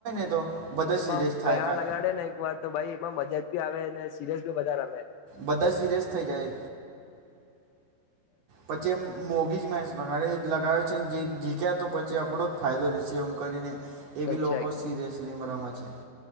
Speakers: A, on the right (about 60°); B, on the left (about 80°).
A: તો બધા સિરિયસ
B: એમાં
A: થાય
B: પેહ
A: કા
B: લગાડે ને એક વાર તો ભાઈ એમાં મજા જ ી આવે અનેને સીરયસ બી બ વધાર આવે
A: બધા સિરિયસ થઈ જાય પછે મોગી જ મે આપણા ઘરે લગાવે છે ને જે જીક્યા તો પછી આપણો જ ફાયદો રહેશે એમ કરીને એ
B: તો
A: બી લોકો
B: છે કેમ
A: સિરિયસલી મરામત છે <inaudible>